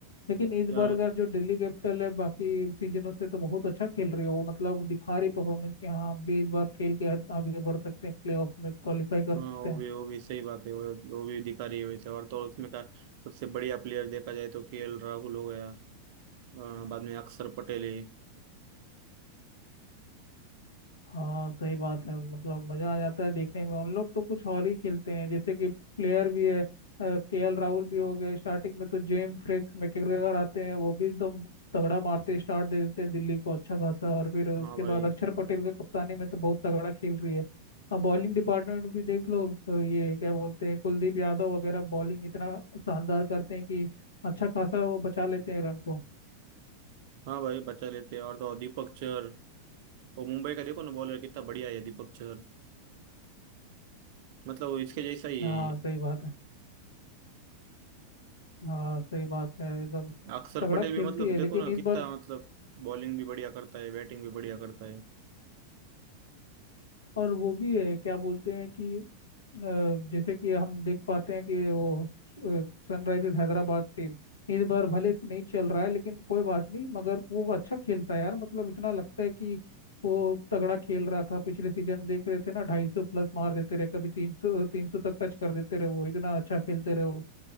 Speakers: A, on the left; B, on the right.
A: लेकिन इस
B: यार
A: बार का जो दिल्ली कैपिटल है बाकी सीजनों से तो बहुत अच्छा खेल रही है वो मतलब दिखा रही परफॉर्मेंस कि हाँ हम भी इस बार खेल के आगे बढ़ सकते हैं प्लेऑफ्स में क्वालिफाई कर
B: हाँ
A: सकते
B: वो
A: हैं
B: भी वो भी सही बात है वो वो भी दिखा रही है वैसे और तो उसमें का सबसे बढ़िया प्लेयर देखा जाए तो केएल राहुल हो गया अ, बाद में अक्षर पटेल है
A: हाँ सही बात है मतलब मजा आ जाता है देखने में उन लोग तो कुछ और ही खेलते हैं जैसे कि प्लेयर भी है के एल राहुल भी हो गए स्टार्टिंग में तो जेम फ्रिक्स मैकग्रेगर आते हैं वो भी एकदम तगड़ा मारते स्टार्ट दे देते हैं दिल्ली को अच्छा खासा और फिर उसके
B: हाँ भाई
A: बाद अक्षर पटेल के कप्तानी में तो बहुत तगड़ा खेल रही है अब बॉलिंग डिपार्टमेंट भी देख लो अ, ये क्या बोलते हैं कुलदीप यादव वगैरह बॉलिंग इतना शानदार करते हैं कि अच्छा खासा वो बचा लेते हैं रन को
B: हाँ भाई बचा लेते हैं और तो और दीपक चहर वो मुंबई का देखो ना बॉलर कितना बढ़िया है दीपक चहर मतलब वो इसके जैसा ही
A: हाँ
B: है ये।
A: सही बात है हाँ सही बात है एकदम
B: अक्षर
A: तगड़ा
B: पटेल
A: खेलती
B: भी मतलब
A: है
B: देखो
A: लेकिन
B: ना
A: इस
B: कितना
A: बार
B: मतलब बॉलिंग भी बढ़िया करता है बैटिंग भी बढ़िया करता है
A: और वो भी है क्या बोलते हैं कि अ, जैसे कि हम देख पाते हैं कि वो सनराइजर्स हैदराबाद टीम इस बार भले से नहीं चल रहा है लेकिन कोई बात नहीं मगर वो अच्छा खेलता है यार मतलब इतना लगता है कि वो तगड़ा खेल रहा था पिछले सीजन देख रहे थे ना ढाई सौ प्लस मार देते रहे कभी तीन सौ तीन सौ तक टच कर देते रहे वो इतना अच्छा खेलते रहे वो